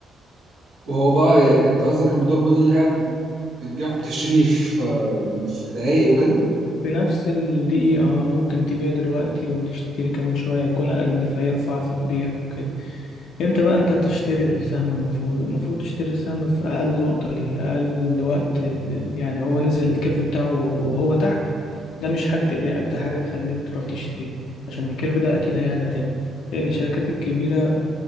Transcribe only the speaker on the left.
في نفس الدقيقة آه، ممكن تبيع دلوقتي وتشتري كمان شوية هيكون أقل فيرفع فتبيع وكده امتى بقى انت تشتري السهم المفروض المفروض تشتري السهم في أقل نقطة ليه أقل وقت ال- يعني هو نزل الكيرف بتاعه وهو تحت ده مش حاجة تقلقك ده حاجة تخليك تروح تشتريه عشان الكيرف ده أكيد هيعلى تاني لأن الشركات الكبيرة